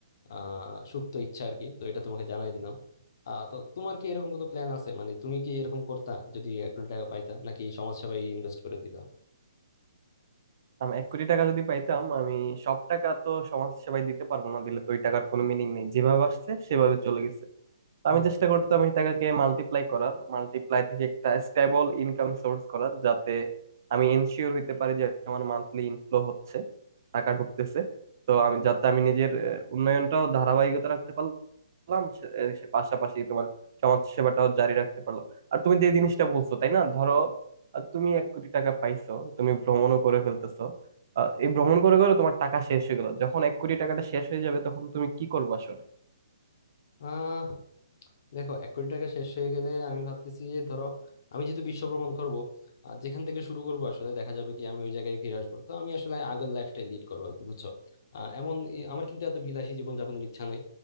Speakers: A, on the left; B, on the right.
A: আহ সুপ্ত ইচ্ছা আর কি তো এটা তোমাকে জানাই দিলাম আহ তো তোমার কি এরকম কোনো প্ল্যান আছে মানে তুমি কি এরকম করতা যদি এক কোটি টাকা পাইতা নাকি সমাজসেবায় ইনভেস্ট করে দিতা
B: আমি এক কোটি টাকা যদি পাইতাম আমি সব টাকা তো সমাজ সেবায় দিতে পারবো না দিলে তো ওই টাকার কোনো মিনিং নেই যেভাবে আসছে সেভাবে চলে গেছে তো
A: হুম
B: আমি চেষ্টা করতাম এই টাকাকে মাল্টিপ্লাই করার মাল্টিপ্লাই থেকে একটা স্টেবল ইনকাম সোর্স করার যাতে আমি এনশিওর হইতে পারি যে আমার মান্থলি ইনফ্লো হচ্ছে টাকা ঢুকতেছে তো আমি যাতে আমি নিজের আহ, উন্নয়নটাও ধারাবাহিকতা রাখতে পারলাম সে- এ, সে পাশাপাশি তোমার সমাজ সেবাটাও জারি রাখতে পারলাম আর তুমি যে জিনিসটা বলছো তাই না ধরো আহ, তুমি এক কোটি টাকা পাইছো তুমি ভ্রমণও করে ফেলতেছো আহ, এই ভ্রমণ করে করে তোমার টাকা শেষ হয়ে গেল যখন এক কোটি টাকাটা শেষ হয়ে যাবে তখন তুমি কি করবে আসলে
A: আহ দেখো এক কোটি টাকা শেষ হয়ে গেলে আমি ভাবতেছি যে ধরো আমি যেহেতু বিশ্ব ভ্রমণ করবো আর যেখান থেকে শুরু করবো আসলে দেখা যাবে কি আমি ওই জায়গায় ফিরে আসবো তো আমি আসলে আগের লাইফটাই লিড করবো আর কি বুঝছো আহ, এমন ই- আমার কিন্তু এত বিলাসী জীবনযাপনের ইচ্ছা নাই